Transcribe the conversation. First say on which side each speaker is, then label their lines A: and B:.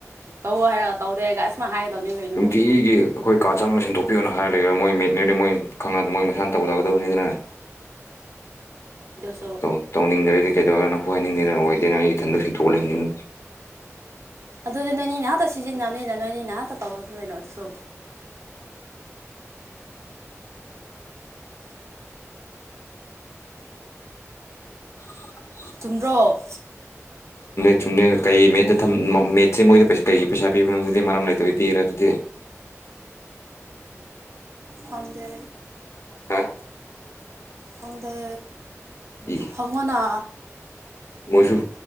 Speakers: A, on the right; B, on the left.
A: ꯇꯧ ꯍꯥꯏꯔꯒ ꯇꯧꯗꯦꯒ ꯑꯁꯨꯃꯥꯏ ꯍꯥꯏꯒꯗꯕꯅꯤ ꯀꯩꯅꯣ
B: ꯅꯨꯡꯇꯤꯒꯤꯒꯤ ꯑꯩꯈꯣꯏ ꯀꯥ ꯆꯥꯡꯅ ꯁꯦꯡꯗꯣꯛꯄ ꯄꯤꯤꯌꯣꯅ ꯍꯥꯏꯔ ꯂꯩꯒꯔꯥ ꯃꯣꯏ ꯃꯤꯠꯅꯦꯗꯤ ꯃꯣꯏ ꯈꯪꯗ ꯃꯣꯏ ꯃꯁꯥꯅ ꯇꯧꯖꯒꯗꯕꯅꯤ ꯑꯗꯨꯅ
A: ꯑꯗꯨꯁꯨ
B: ꯧ ꯇꯧꯅꯤꯡꯗ꯭ꯔꯗꯤ ꯀꯩꯗꯧꯔꯅ ꯍꯣꯏ ꯍꯥꯏꯅꯤꯡꯗꯦꯅ ꯑꯣꯏꯗꯦꯅ ꯑꯩ ꯏꯊꯟꯗꯁꯨꯁꯤꯡ ꯊꯣꯛꯣꯛꯂꯕꯅꯤꯅ
A: ꯑꯗꯨꯗꯤ ꯅꯣꯏꯅꯤ ꯅꯍꯥꯛꯇ ꯁꯤꯖꯤꯟꯅꯕꯅꯤꯅ ꯅꯣꯏꯅꯤ ꯉꯍꯥꯛ ꯇꯧꯔꯅꯤꯅꯣ ꯑꯗꯨꯁꯨ
B: <inaudible>
A: ꯆꯨꯝꯗ꯭ꯔꯛ
B: ꯁꯨꯝꯅ ꯀꯩ ꯃꯦꯠꯠꯇ ꯃꯦꯠꯁꯦ ꯃꯣꯏꯗ ꯀꯩ ꯄꯩꯁꯥ ꯄꯤꯕꯅꯣ ꯑꯗꯨꯗꯤ ꯃꯔꯝ ꯂꯩꯇꯕꯤ ꯄꯤꯈ꯭ꯔꯦ ꯑꯗꯨꯗꯤ <inaudible>
A: ꯐꯗ
B: ꯍꯥ
A: ꯑꯗ
B: ꯏ
A: ꯍꯪꯅꯥ
B: ꯃꯣꯏꯁꯨ